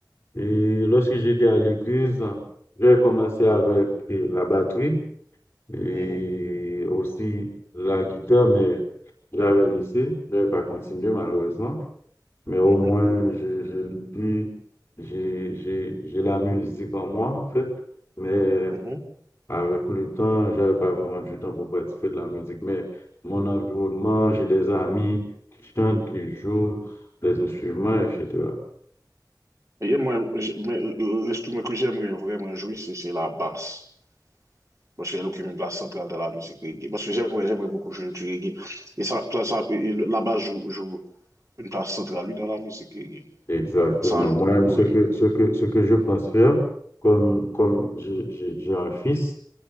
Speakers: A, on the left; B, on the right.
A: et lorsque j'étais à l'église, j'ai commencé avec eh, la batterie. et
B: Mhm,
A: aussi la guitare, mais j'avais laissé, j'avais pas continué malheureusement, mais au
B: mhm,
A: moins je, je l'oublie, j'ai, j'ai, j'ai la musique en moi en fait, mais
B: mhm.
A: avec le temps, j'avais pas vraiment du temps pour participer de la musique, mais mon environnement, j'ai des amis qui chantent, qui jouent des instruments, et cetera
B: Et moi, j- mais euh, euh, l'instrument que j'aimerais vraiment jouer, c'est c'est la basse. Parce qu'elle occupe une place centrale dans la musique reggae. Parce que j'aimerais j'aimerais beaucoup jouer du reggae. Et ça, ça, ça- et le- la basse joue, joue une place centrale, oui, dans la musique reggae.
A: Exactement.
B: Ça, je-
A: Moi,
B: oui,
A: ce que,
B: mhm,
A: ce que, ce que je pense faire, comme, comme j'ai j'ai- j'ai un fils,